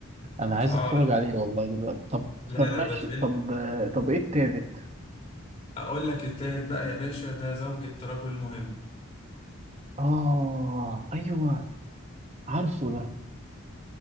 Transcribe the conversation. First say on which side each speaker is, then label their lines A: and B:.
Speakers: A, on the right; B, on the left.
A: انا عايز
B: اه
A: اتفرج
B: لا لا
A: عليه والله دلوقتي طب
B: لا
A: طب
B: لا
A: ماشي
B: ده فيلم
A: طب طب ايه التالت
B: اقول لك التالت بقى يا باشا ده زوجة رجل مهم
A: اه ايوه عارفه ده